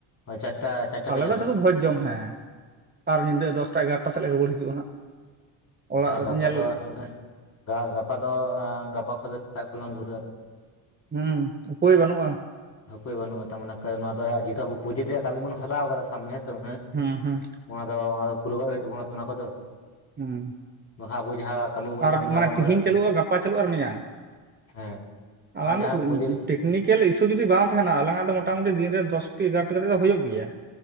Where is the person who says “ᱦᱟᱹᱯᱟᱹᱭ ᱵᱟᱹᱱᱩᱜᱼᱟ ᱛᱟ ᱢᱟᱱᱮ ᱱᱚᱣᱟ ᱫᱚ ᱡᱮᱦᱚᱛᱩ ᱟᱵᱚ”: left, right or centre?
Left